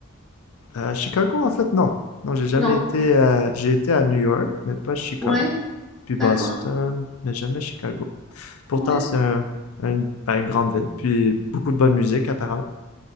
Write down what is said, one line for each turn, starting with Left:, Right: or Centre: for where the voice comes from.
Left: Euh, Chicago, en fait, non. Non, j'ai jamais
Centre: Non,
Left: été. euh, j'ai été à New York, mais pas Chicago.
Centre: ouais,
Left: Puis Boston,
Centre: d'accord,
Left: mais jamais Chicago. Pourtant,
Centre: ouais.
Left: c'est un- un- ben, une grande ville, puis beaucoup de bonne musique, apparemment.